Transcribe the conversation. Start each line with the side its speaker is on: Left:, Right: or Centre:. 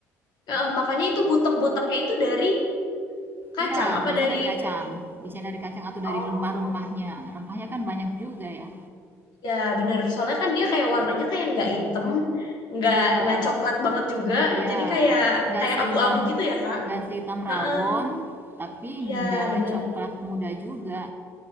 Left: eh, makanya itu butek-buteknya itu dari kacang
Right: Iya,
Left: apa
Right: biasanya
Left: dari
Right: dari kacang.
Left: daging?
Right: Biasanya dari kacang atau dari
Left: Oh,
Right: rempah-rempahnya. Rempahnya kan banyak juga ya.
Left: ya benar. Soalnya kan dia kayak warnanya kayak nggak hitam, nggak
Right: Iya,
Left: nggak coklat banget juga.
Right: iya.
Left: Jadi kayak
Right: Nggak
Left: kayak
Right: sehitam,
Left: abu-abu gitu ya, Kak.
Right: nggak sehitam
Left: Heeh.
Right: rawon, tapi
Left: Iya,
Right: nggak
Left: benar.
Right: coklat muda juga.